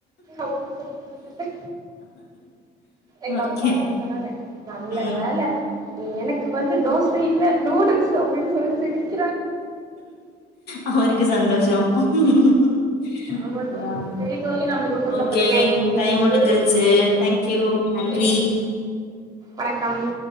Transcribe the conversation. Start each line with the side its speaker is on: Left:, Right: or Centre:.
Right: அப்டின் சொல்லி குடுத்துட்டு எங்க
Left: ஓகே
Right: அப்பா இன்னொன் சொன்னாங்க நல்ல
Left: ம்
Right: வேல நீ எனக்கு வந்து தோச இல்ல நூடுல்ஸ் அப்டின் சொல்லி சிரிக்
Left: அவுருக்கு சந்தோஷோ <inaudible>
Right: ஆமா
Left: அதா
Right: தோழி
Left: அதா
Right: சரி தோழி நம்மளுக்கு குடுக்கப்பட்ட
Left: ஓகே
Right: நேரம் முடிவடைந்தது
Left: டைம் முடுஞ்சுருச்சு தேங்க்யூ நன்றி
Right: ஓகே தோழி வணக்கம்